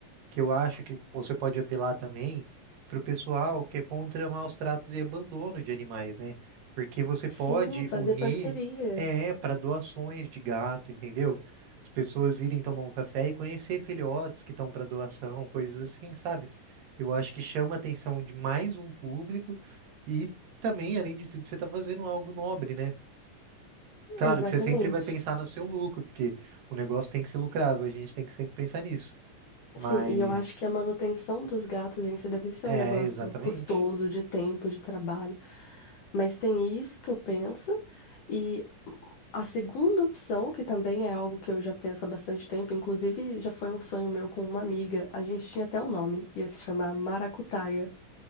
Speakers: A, on the right (about 85°); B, on the left (about 85°).
A: que eu acho que você pode apelar também para o pessoal que é contra maus tratos e abandono de animais, né? Porque você pode
B: Sim, fazer
A: unir
B: parcerias.
A: é para doações de gato, entendeu? As pessoas irem tomar um café e conhecer filhotes que estão para doação, coisas assim, sabe? Eu acho que chama a atenção de mais um público e também, além de tudo, você está fazendo algo nobre, né? Claro
B: Exatamente.
A: que você sempre vai pensar no seu lucro, porque o negócio tem que ser lucrável, a gente tem que sempre pensar nisso. Mas
B: Sim, e eu acho que a manutenção dos gatos em si deve ser
A: É,
B: um negócio
A: exatamente.
B: custoso de tempo, de trabalho, mas tem isso que eu penso. E a segunda opção, que também é algo que eu já penso há bastante tempo, inclusive já foi um sonho meu com uma amiga, a gente tinha até um nome, ia se chamar Maracutaia.